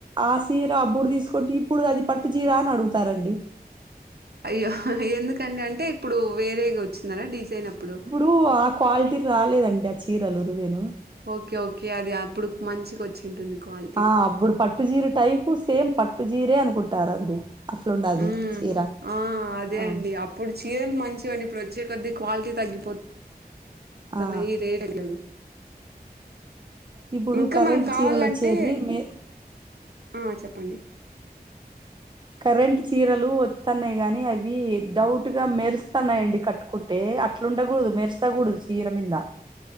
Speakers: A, on the right; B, on the right.
A: ఆ సీర అబ్బుడు తీసుకుంటే ఇప్పుడు అది పట్టు చీరా అని అడుగుతారండి
B: అయ్యో ఎందుకండి అంటే ఇప్పుడు వేరేగా వచ్చింది అనా డిజైన్ అప్పుడు
A: కూ ఆ క్వాలిటీ రాలేదండి ఆ చీరలు ఉరువేను
B: ఓకే ఓకే అది అప్పుడు మంచికి వచ్చింటుంది క్వాలిటీ
A: ఆ అప్పుడు పట్టు జీర టైపు సేమ్ పట్టు జీరే అనుకుంటారండి అట్లుండాది
B: ఉమ్
A: చీర
B: ఆ అదే
A: ఆ
B: అండి అప్పుడు చీరలు మంచివండి ఇప్పుడు వచ్చే కొద్దీ క్వాలిటీ తగ్గిపో <unintelligible>
A: ఆ ఇప్పుడు
B: ఇంక
A: కరెంట్
B: మనకు కావాలంటే
A: చీరలు వచ్చేటివి మే
B: ఆ చెప్పండి
A: కరెంట్ చీరలు వత్తన్నాయి గానీ అవి డౌట్ గా మెరుస్తన్నాయండి కట్టు కుంటే అట్లు ఉండకూడదు మెరుసకూడదు చీర మింద